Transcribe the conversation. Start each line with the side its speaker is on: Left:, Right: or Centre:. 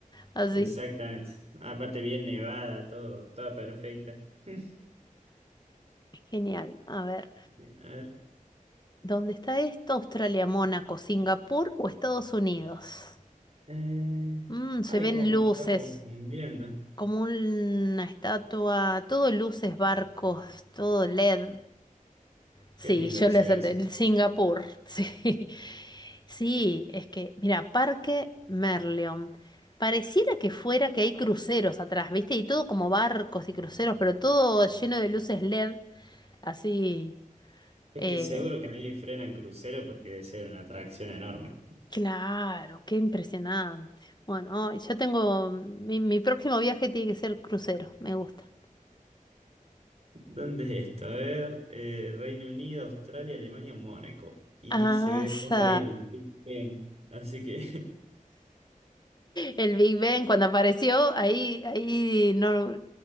Left: así.
Right: Exactamente. Aparte bien nevada, todo, toda perfecta. <laughs>
Left: Genial. A ver,
Right: Bien, a ver.
Left: ¿dónde está esto? Australia, Mónaco, Singapur o Estados Unidos.
Right: Eh,
Left: Mm, se
Right: Ay,
Left: ven
Right: cómo me
Left: luces,
Right: está confundiendo.
Left: como una estatua, todo luces, barcos, todo LED. Sí,
Right: Qué lindo
Left: yo
Right: que
Left: le
Right: se
Left: acerté
Right: ve eso.
Left: el Singapur. <laughs> Sí. Sí, es que, mira, Parque Merlion. Pareciera que fuera que hay cruceros atrás, ¿viste? Y todo como barcos y cruceros, pero todo lleno de luces LED, así.
Right: Es
Left: eh,
Right: que seguro que ahí frenan crucero porque debe ser una atracción enorme.
Left: claro, qué impresionante. Bueno, ay, yo tengo. Mi, mi próximo viaje tiene que ser crucero, me gusta.
Right: ¿Dónde es esto? A ver, eh, Reino Unido, Australia, Alemania, Mónaco. Y
Left: Asa.
Right: se ve de fondo ahí el Big Ben. Así que,
Left: El Big Ben cuando apareció, ahí, ahí no